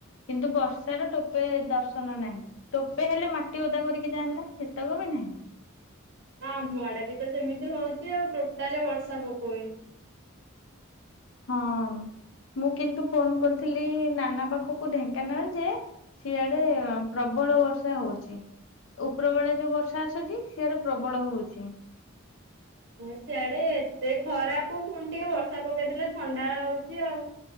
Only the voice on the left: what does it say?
କିନ୍ତୁ ବର୍ଷାର ଟୋପେ-ଏ-ଏ ଦର୍ଶନ ନାହିଁ। ଟୋପେ ହେଲେ ମାଟି ଓଦା କରିକି ଯାଆନ୍ତା ସେତକ ବି ନାହିଁ।
ହଁ ମୁଁ କିନ୍ତୁ ଫୋନ କରିଥିଲି ନାନା ପାଖକୁ ଢେଙ୍କାନାଳ ଯେ ସିଆଡେ ପ୍ରବଳ ବର୍ଷା ହଉଛି ଉପର ବେଳେ ଯୋଉ ବର୍ଷା ଆସୁଛି ସିଆଡେ ପ୍ରବଳ ହଉଛି।